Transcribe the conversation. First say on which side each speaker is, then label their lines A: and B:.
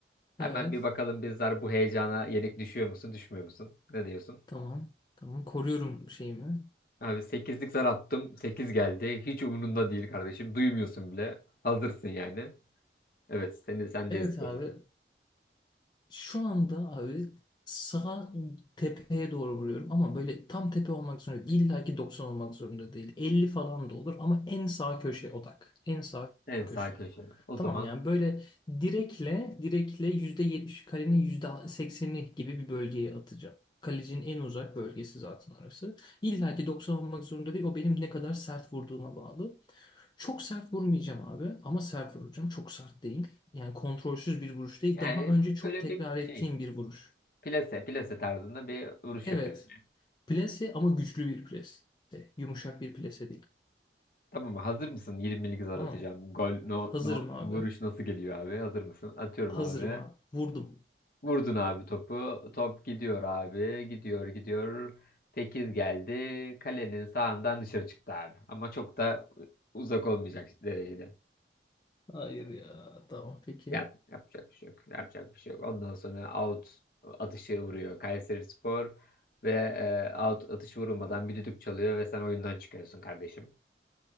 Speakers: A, on the left; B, on the left.
A: Hemen
B: evet.
A: bir bakalım bizler bu heyecana yenik düşüyor musun, düşmüyor musun? Ne diyorsun?
B: Tamam. Tamam. Koruyorum şeyimi.
A: Abi sekizlik zar attım. sekiz geldi. Hiç umurunda değil kardeşim. Duymuyorsun bile. Hazırsın yani. Evet, seni sendeyiz
B: Evet abi.
A: Denizciğim.
B: Şu anda abi sağ tepeye doğru vuruyorum ama böyle tam tepe olmak zorunda değil. İlla ki 90 olmak zorunda değil. elli falan da olur ama en sağ köşe odak. En sağ
A: En sağ
B: köşe.
A: köşe. O
B: Tamam
A: zaman
B: yani böyle direkle direkle %70 kalenin %80'i gibi bir bölgeye atacağım. Kalecinin en uzak bölgesi zaten orası. İlla ki 90 olmak zorunda değil. O benim ne kadar sert vurduğuma bağlı. Çok sert vurmayacağım abi ama sert vuracağım. Çok sert değil. Yani kontrolsüz bir vuruş değil.
A: yani
B: Daha önce çok
A: böyle
B: tekrar
A: bir şey
B: ettiğim bir vuruş.
A: plase plase tarzında bir vuruş
B: Evet.
A: yapıyorsun.
B: Plase ama güçlü bir plase. Yumuşak bir plase değil.
A: Tamam mı? hazır mısın? 20'lik zar
B: Tamam
A: atacağım.
B: mı?
A: Gol no,
B: Hazırım
A: no,
B: abi.
A: vuruş nasıl geliyor abi? Hazır mısın? Atıyorum
B: Hazırım
A: abi.
B: abi. Vurdum.
A: Vurdun abi topu. Top gidiyor abi. Gidiyor gidiyor. 8 geldi. Kalenin sağından dışarı çıktı abi. Ama çok da uzak olmayacak derecede.
B: Hayır ya. Tamam peki.
A: Ya, yapacak bir şey yok. Yapacak bir şey yok. Ondan sonra out atışı vuruyor Kayserispor ve e, out atışı vurulmadan bir düdük çalıyor ve sen oyundan çıkıyorsun kardeşim.